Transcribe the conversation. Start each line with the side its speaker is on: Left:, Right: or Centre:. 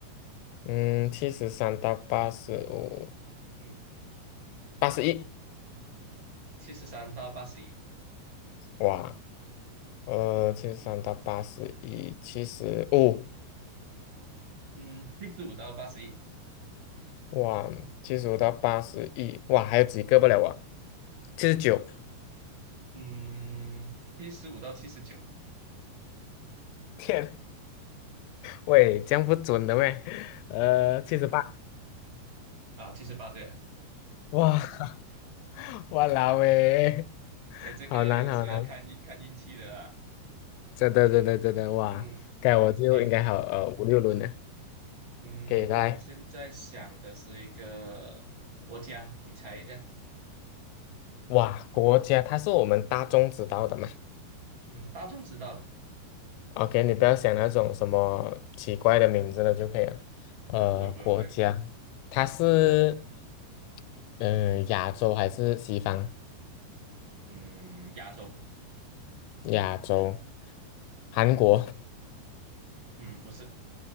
Left: 嗯，七十三到八十五，
Right: 嗯，
Left: 八十一，
Right: 七十三到八十一，
Left: 哇，呃，七十三到八十一，七十五，
Right: 嗯，七十五到八十一，
Left: 哇，七十五到八十一，哇，还有几个不了我？七十九，
Right: 嗯，七十五到七十九，
Left: 天，喂，这样不准的喂，呃，七十八，
Right: 啊，七十八对了。
Left: 哇，<laughs> 哇啦喂，
Right: 哎，这个有时要看运看运气的啊。
Left: 好难好难，真的真的真的哇，
Right: 嗯，
Left: 该我就应该好呃五六轮了，
Right: 你也嗯，
Left: 给以来，
Right: 我现在想的是一个国家，你猜一下。
Left: 哇，国家它是我们大众知道的嘛。
Right: 嗯，大众知道的，
Left: OK，你不要想那种什么奇怪的名字了就可以了。呃，
Right: 不会不会不会。
Left: 国家，它是嗯、呃亚洲还是西方？
Right: 嗯，亚洲，
Left: 亚洲，韩国。
Right: 嗯，不是，